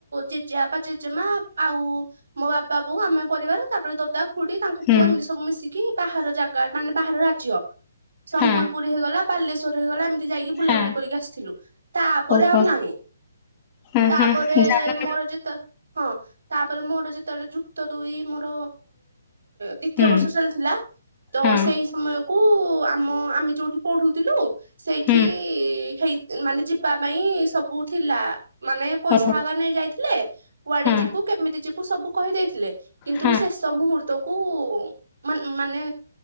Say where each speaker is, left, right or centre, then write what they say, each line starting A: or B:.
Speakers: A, on the right (about 85°); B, on the left (about 20°).
A: ଜେଜେବାପା ଜେଜେମା ଆଉ ମୋ ବାବା ବୋଉ ଆମେ ପରିବାର ତାପରେ ଦୋଦା ଖୁଡି ତାଙ୍କ
B: ହୁଁ
A: ପୁଅ ଏମିତି ସବୁ ମିଶିକି ବାହାର ଜାଗା ମାନେ ବାହାର ରାଜ୍ୟ ସମ୍ବଲପୁରୀ
B: ହଁ
A: ହେଇଗଲା। ବାଲେଶ୍ଵର ହେଇଗଲା ଏମିତି ଯାଇକି ବୁଲାବୁଲି
B: ହଁ।
A: କରିକି ଆସିଥିଲୁ ତାପରେ
B: ଓହୋ
A: ଆଉ ନାହିଁ।
B: ହଁ
A: ତାପରେ
B: ହଁ ଯାଉନ କେବେ
A: ମୋର ଜିତ ହଁ ତାପରେ ମୋର ଯେତେବେଳେ ଯୁକ୍ତ ଦୁଇ ମୋର ଦ୍ଵିତୀୟ
B: ହୁଁ
A: ବର୍ଷ ଚାଲିଥିଲା ତ
B: ହଁ
A: ସେଇ ସମୟକୁ ଆମ ଆମି ଯୋଉଠି ପଢୁଥିଲୁ ସେଇଠି
B: ହୁଁ
A: ହେଇ ମାନେ ଯିବା ପାଇଁ ସବୁ ଥିଲା ମାନେ ପଇସା
B: ଓହୋ
A: ହେକା ନେଇ ଯାଇଥିଲେ। କୁଆଡେ
B: ହଁ
A: ଯିବୁ କେମିତି ଯିବୁ ସବୁ କହିଦେଇଥିଲେ କିନ୍ତୁ
B: ହଁ
A: ଶେଷ ମୁହୂର୍ତ୍ତକୁ ମାନେ ମାନେ